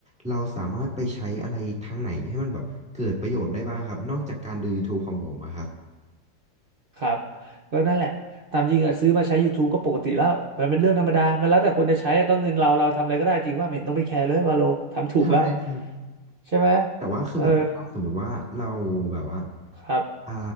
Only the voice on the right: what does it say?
ครับก็นั่นแหละตามจริงอ่ะซื้อมาใช้ YouTube ก็ปกติแล้วมันเป็นเรื่องธรรมดามันแล้วแต่คนจะใช้อะก็เงินเราเราทำอะไรก็ได้จริงว่าไม่เห็นต้องไปแคร์เลยวาโลทำถูกแล้ว
ใช่ไหม
เออครับ